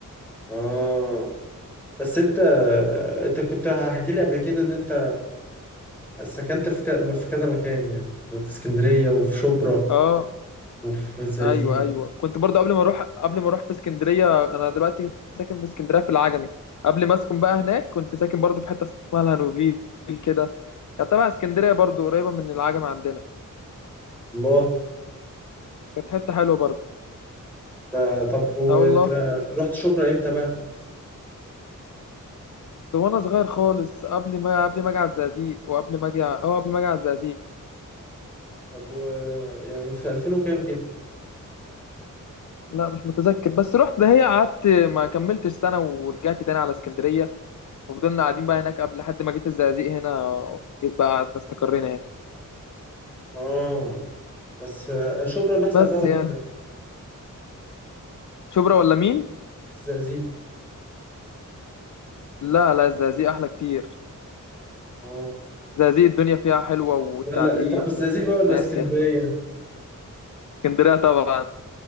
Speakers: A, in the centre; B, on the left.
A: اه بس انت انت كنت هحكي لي قبل كده ان انت سكنت في ك... في كذا مكان يعني في... في اسكندرية وفي شبرا
B: اه
A: وفي الزقازيق
B: ايوه ايوه كنت برضو قبل ما اروح قبل ما اروح في اسكندريه انا دلوقتي ساكن في اسكندريه في العجمي قبل ما اسكن بقى هناك كنت ساكن برضو في حته اسمها الهانوفيل كده كانت تبع اسكندريه برضو قريبه من العجمي عندنا
A: الله
B: كانت حته حلوه برضو
A: ده... طب وانت
B: اه والله
A: رحت شبرا امتى بقى
B: ده وانا صغير خالص قبل ما قبل ما اجي على الزقازيق وقبل ما اجي ع- اه قبل ما اجي على الزقازيق
A: طب و... يعني في 2000 وكام كده
B: لا مش متذكر بس رحت دهية قعدت ما كملتش سنة ورجعت تاني على اسكندرية وفضلنا قاعدين بقى هناك قبل لحد ما جيت الزقازيق هنا جيت بقى قعدنا استقرينا هنا
A: اه بس آه، شبرا اللي احسن
B: بس
A: بقى ولا
B: يعني
A: الزقازيق
B: شبرا ولا مين؟
A: الزقازيق.
B: لا لا الزقازيق أحلى كتير
A: اه
B: الزقازيق الدنيا فيها حلوة والتعليم
A: ولا طب الزقازيق بقى ولا
B: وناس
A: اسكندريه
B: يعني اسكندرية طبعا